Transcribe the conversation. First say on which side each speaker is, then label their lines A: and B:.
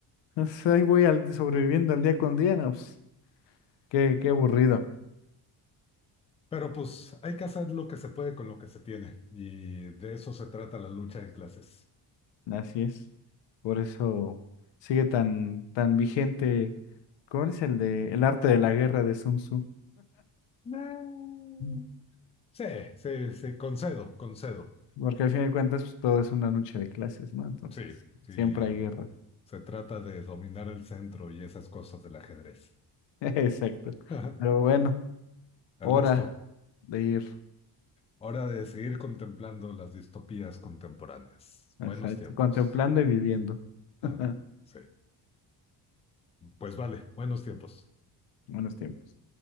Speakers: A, on the left; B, on the left.
A: O sea, ahí voy al, sobreviviendo al día con día, no, pues, qué, qué aburrido.
B: Pero pues hay que hacer lo que se puede con lo que se tiene. Y de eso se trata la lucha de clases.
A: Así es. Por eso sigue tan, tan vigente. ¿Cómo es el de el arte de la guerra de Sun Tzu?
B: Mm.
A: Mm.
B: Sí, sí, sí, concedo, concedo.
A: Porque al fin de cuentas pues, todo es una lucha de clases, ¿no? Entonces,
B: Sí, sí.
A: siempre hay guerra.
B: Se trata de dominar el centro y esas cosas del ajedrez.
A: <laughs> Exacto.
B: <laughs>
A: Pero bueno, hora
B: Ernesto,
A: de ir.
B: hora de seguir contemplando las distopías contemporáneas.
A: Exacto.
B: Buenos tiempos.
A: Contemplando y viviendo.
B: Ah,
A: <laughs>
B: Sí, pues vale, buenos tiempos.
A: Buenos tiempos.